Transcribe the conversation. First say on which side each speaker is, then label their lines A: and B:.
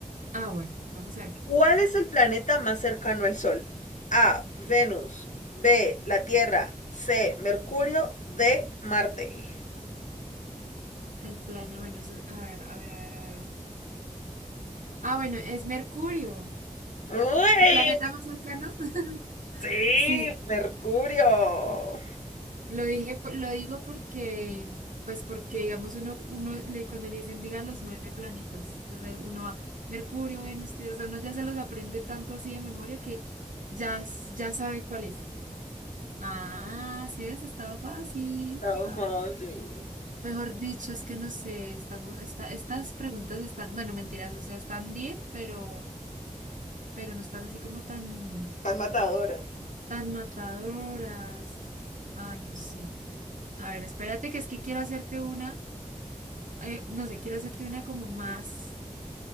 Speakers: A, on the right; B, on the left.
A: Ah, bueno, vamos a ver.
B: ¿Cuál es el planeta más cercano al Sol? A, Venus, B, la Tierra, C, Mercurio, D, Marte.
A: El planeta, bueno, eso- a ver, a ver, a ver, a ver. Ah, bueno, es Mercurio,
B: ¡Uy!
A: el planeta más cercano. <laughs>
B: Sí,
A: Sí,
B: Mercurio.
A: lo dije, por- lo digo porque, pues porque, digamos, uno, uno le- cuando le dicen, diga los nueve planetas, entonces uno va, Mercurio, Venus, Tierra, o sea, uno ya se los aprende tanto así de memoria que ya, s- ya sabe cuál es. Ah, sí ves, estaba fácil.
B: Tan
A: Ah,
B: fácil.
A: mejor dicho, es que no sé, estamos, esta, estas preguntas están, bueno, mentiras, o sea, están bien, pero, pero no están así como tan,
B: Tan matadora.
A: tan matadoras. Ay, no sé. A ver, espérate, que es que quiero hacerte una, eh, no sé, quiero hacerte una como más,